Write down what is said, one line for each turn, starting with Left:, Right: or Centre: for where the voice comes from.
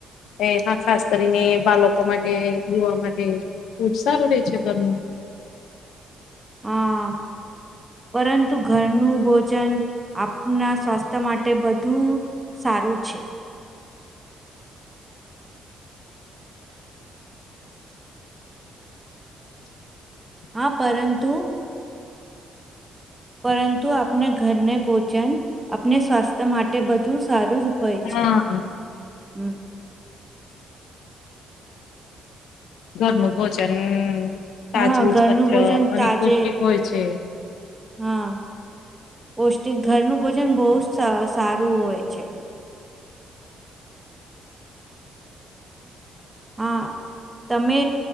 Left: એહા ખાસ કરીને બા લોકો માટે યુવા માટે બહુજ સારું રહે છે, ઘરનું.
Right: હા <inaudible> પરંતુ ઘરનું ભોજન આપણા સ્વાસ્થ્ય માટે બધું, સારું છે
Left: <unintelligible> <inaudible>
Right: હા પરંતુ. પરંતુ આપણે ઘરને ભોજન આપને સ્વાસ્થ્ય માટે બધું સારુંજ. તોય છે,
Left: હા
Right: હું
Left: ઘરનું ભોજન તાજુ,
Right: હા ઘરનું
Left: સ્વચ્છ
Right: ભોજન
Left: અને
Right: તાજે
Left: પૌષ્ટિક હોય છે.
Right: હા પૌષ્ટિક ઘરનું ભોજન બહુ સારું હોય છે. હા તમે